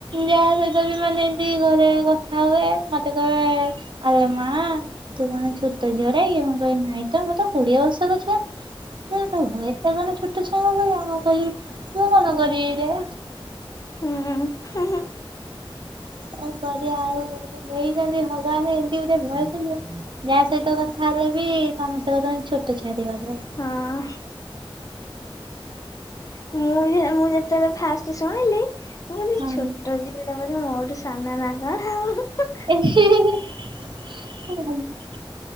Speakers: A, on the right; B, on the left.
A: ଯାହା ସହିତ ବି ମାନେ ଏମିତି ଘରେ କ କଥା ହୁଏ ମତେ କହିବେ ଆଲୋ ମା। ତୁ କଣ ଛୋଟ ଝିଅ ଟା କି ମୁଁ କହିଲି ନାଇଁ ତ ମୁଁ ତ କୋଡିଏ ବର୍ଷର ଛୁଆ। ନାଁ ତୋ ଭଏସ ଟା କଣ ଛୋଟ ଛୁଆଙ୍କ ଭଳିଆ। ମୁଁ କହିଲି ମୁଁ କଣ କରିବି ଯେ?
B: ହୁଁ ହୁଁ ହୁଁ।
A: କଣ କରିବା ଆଉ ଦେଇଛନ୍ତି ଭଗବାନ ଏମତି ଗୋଟେ ଭୟେସ ଯେ ଯାହା ସହିତ କଥା ହେଲେ ବି ସମସ୍ତେ କହୁଚନ୍ତି ଛୋଟ ଛୁଆଟେ ବୋଧେ?
B: ହଁ। ମୁଁ ବିଭା ମୁଁ ଯେତେବେଳେ ଫାଷ୍ଟେ ଶୁଣିଲି ମୁଁ କହିଲି
A: ହଁ
B: ଛୋଟ ଝିଅ ଟା ବୋଧେ ମୋଠୁ ସାନ ନା କଣ ଆଉ ହୁଁ ହୁଁ।
A: <unintelligible>